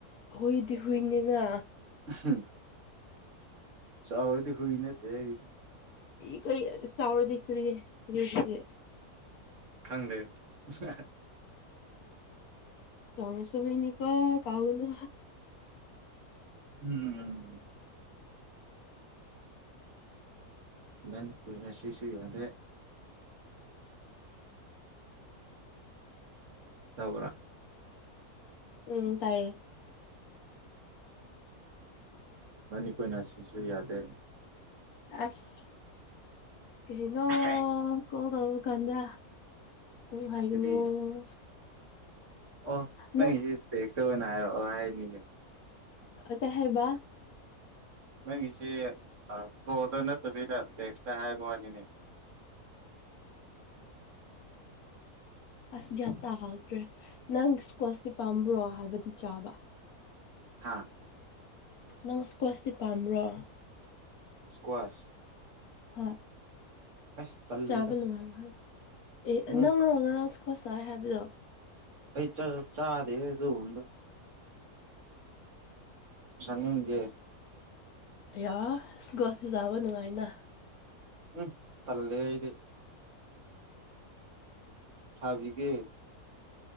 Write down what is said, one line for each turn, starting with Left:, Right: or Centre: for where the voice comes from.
Left: ꯍꯨꯏꯗꯤ ꯍꯨꯏꯅꯤꯅ
Right: ꯍꯝ ꯆꯥꯎꯔꯗꯤ ꯍꯨꯏ ꯅꯠꯇꯦ <unintelligible>
Left: ꯏ ꯀꯩ ꯆꯥꯎꯔꯗꯤ ꯍꯨꯢ <unintelligible>
Right: ꯈꯪꯗꯦ <unintelligible>
Left: ꯆꯥꯎꯔꯁꯨ ꯍꯨꯢꯅꯤꯀꯣ ꯀꯥꯎꯒꯅꯨ
Right: ꯎꯝ ꯃꯦꯟ ꯑꯣꯢꯅ ꯁꯤꯁꯨ ꯌꯥꯗꯦ ꯇꯥꯕ꯭ꯔ
Left: ꯎꯝ ꯇꯥꯏꯌꯦ <inaudible>
Right: ꯏꯕꯥꯅꯤ ꯀꯣꯏꯅ ꯁꯤꯁꯨ ꯌꯥꯗꯦ
Left: ꯑꯁ ꯀ꯭ꯔꯤꯅꯣ
Right: <unintelligible>
Left: ꯑꯣ ꯀꯣꯜ ꯇꯧꯕ ꯀꯥꯟꯗ <unintelligible>
Right: ꯀꯔꯤ ꯑꯣ ꯅꯪꯒꯤꯁꯤ
Left: ꯅꯪ
Right: ꯇꯦꯛꯁꯇ ꯑꯣꯢꯅ ꯍꯥꯏꯔꯛꯑꯣ ꯍꯥꯏꯕꯅꯤꯅꯦ
Left: ꯑꯥ ꯀꯩ ꯍꯥꯢꯕ
Right: ꯅꯪꯒꯤꯁꯤ ꯑꯥ ꯀꯣꯜꯗ ꯅꯠꯇꯕꯤꯗ ꯇꯦꯛꯁꯇ ꯍꯥꯏꯕ ꯋꯥꯅꯤꯅꯦ
Left: ꯑꯁ ꯒ꯭ꯌꯥꯟ ꯇꯥꯍꯧꯗ꯭ꯔꯦ ꯅꯪ ꯏꯁꯀ꯭ꯋꯥꯁꯇꯤ ꯄꯥꯝꯕ꯭ꯔꯣ ꯍꯥꯏꯕꯗꯤ ꯆꯥꯕ
Right: ꯍꯥꯥ
Left: ꯅꯪ ꯁ꯭ꯀ꯭ꯣꯆꯇꯤ ꯄꯥꯝꯕ꯭ꯔꯣ
Right: ꯁꯀ꯭ꯋꯥꯁ
Left: ꯍꯣꯢ
Right: ꯑꯁ ꯇꯜꯂꯤꯗ
Left: ꯆꯥꯕ ꯅꯨꯡꯉꯥꯏꯕ ꯍꯥꯏ ꯑꯦ
Right: ꯎꯝ
Left: ꯅꯪ ꯔꯣ ꯉꯔꯥꯡ ꯁ꯭ꯀꯥꯆ ꯆꯥꯏ ꯍꯥꯏꯕꯗꯣ
Right: ꯑꯩꯩ ꯆꯥ ꯆꯥꯗꯦꯍꯦ ꯑꯗꯨꯒꯨꯝꯕꯗꯣ ꯆꯥꯅꯤꯡꯗꯦ
Left: ꯑꯌꯥ <unintelligible> ꯆꯥꯕ ꯅꯨꯡꯉꯥꯏꯅ
Right: ꯎꯝ ꯇꯜꯂꯦ ꯑꯩꯗꯤ ꯊꯥꯕꯤꯒꯦ